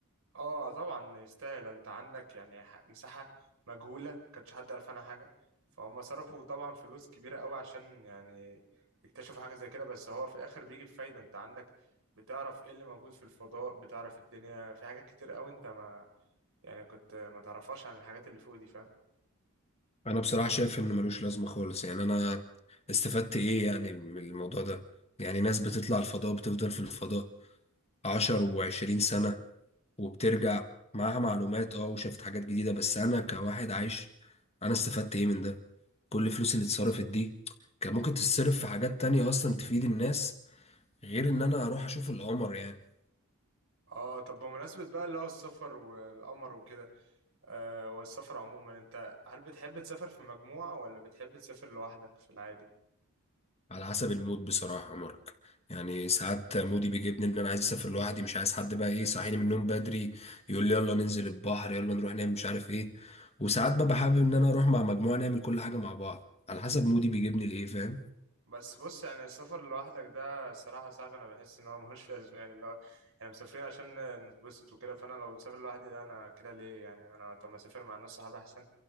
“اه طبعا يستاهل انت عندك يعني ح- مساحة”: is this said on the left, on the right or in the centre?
Right